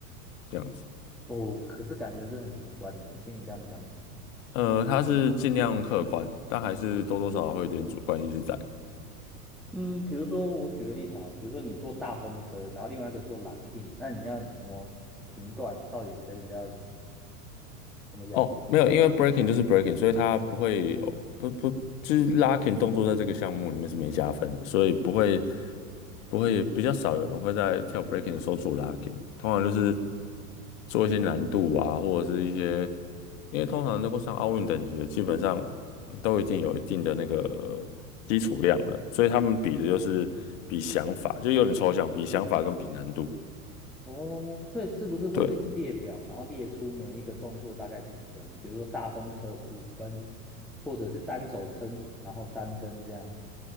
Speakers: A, on the left; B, in the centre.
A: 这样子。
B: 哦，可是感觉是很主观的，我听你这样讲起来，
A: 呃，他是尽量客观，但还是多多少少会有点主观意识在。
B: 嗯，比如说我举个例子好了，比如说你坐大风车，然后另外一个坐 Luckin，那你要怎么评断到底谁比较怎么讲？
A: 哦，没有，因为 breaking 就是 breaking，所以它不会有不不就是 locking 动作在这个项目里面是没加分的，所以不会不会比较少有人会在跳 breaking 的时候做 locking，通常就是做一些难度啊，或者是一些因为通常能够上奥运等级的，基本上都已经有一定的那个基础量了，所以他们比的就是比想法，就有点抽象，比想法跟比难度。
B: 哦，所以是不是会有一个列表，
A: 对。
B: 然后列出每一个动作大概几分？比如说大风车五分，或者是单手撑，然后三分这样。